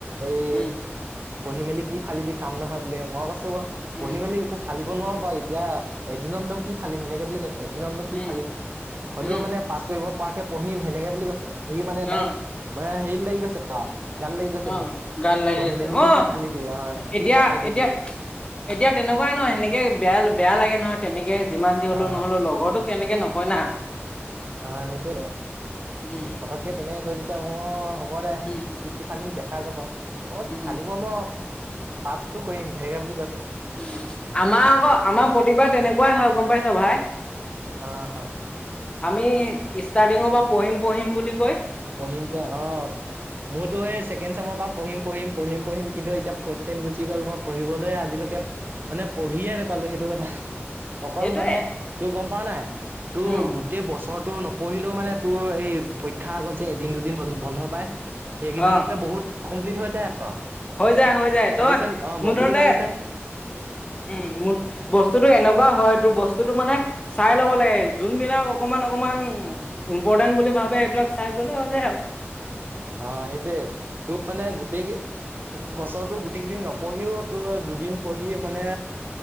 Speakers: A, on the right; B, on the left.
A: এই
B: উম
A: পঢ়ি মেলি কি ফালিবি চাম নহয় বোলে, মই কৈছো
B: উম
A: পঢ়ি মেলি একো ফালিব নোৱাৰো বাৰু এতিয়া এদিনত নো কি ফালিম সেনেকে বুলি কৈছোঁ। এদিনতনো কি
B: উম
A: ফালিম, হলেও
B: উম
A: মানে পাছ কৰিব পৰাকে পঢ়িম সেনেকে বুলি কৈছে। সি মানে
B: অ
A: ডাইৰেক্ট হেৰিত লাগি গৈছে। অঁ, গাত লাগি গৈছে
B: অ
A: মোৰ
B: গাত লাগি
A: পঢ়ি
B: গৈছে
A: মেলিনো
B: অ
A: কি ফালিবি অঁ
B: এতিয়া
A: কি ফালিবি
B: এতিয়া
A: বুলি কৈছে।
B: এতিয়া তেনেকুৱাই ন সেনেকে বেয়া বেয়া লাগে নহয়। তেনেকে যিমান যি হলে
A: অ
B: নহলো লগৰ তোক তেনেকে নকয় না।
A: অঁ, সেইটোয়েটো
B: উম
A: ফটককে তেনে কৈ দিছে মোৰ হ'ব দে।
B: উম
A: কি ফালিম দেখা যাব মই কৈছো
B: উম
A: ফালিব নোৱাৰো পাছটো কৰিম হেৰিকে বুলি কৈছো।
B: উ আমাৰ আকৌ আমাৰ প্ৰতিভা তেনেকুৱাই হয় গম পাইছ ভাই।
A: অঁ
B: আমি ষ্টাৰ্টিঙৰ পৰা পঢ়িম পঢ়িম বুলি কয়
A: পঢ়িমকে অঁ মোৰতো সেই চেকেণ্ড ছেম পৰা পঢ়ি পঢি পঢ়ি পঢ়িম কিন্তু এতিয়া ফৰ্থ চেম গুচি গল মই পঢ়িবলৈ আজিলৈকে মানে পঢ়িয়ে নাপালো সেইটো কথা, অকল
B: সেইটোয়ে
A: মানে তোৰ গম পাওঁ নাই তোৰ
B: উম
A: গোটেই বছৰটো নপঢ়িলেও মানে তোৰ এই পৰীক্ষাৰ আগত যে এদিন দুদিন বন্ধ পায়। সেইকেইদিনতে
B: অ
A: বহুত কমপ্লিট হৈ যায় আৰু।
B: হৈ যায় হৈ যায়
A: চাবিচোন
B: তই
A: অ বস্তুটো
B: মোৰ ধৰতে
A: চাবিচোন
B: উম মোৰ বস্তুটো এনেকুৱা হয়, তোৰ বস্তুটো মানে চাই ল'ব লাগে যোনবিলাক অকমান অকমান ইম্পৰ্টেণ্ট বুলি ভাবে, সেইবিলাক চাই গ'লে হৈ যায় আৰু।
A: অঁ সেইটোৱে তোৰ মানে গোটেই বছৰটো গোটেই কেইদিন নপঢ়িও তোৰ দুদিন পঢ়ি মানে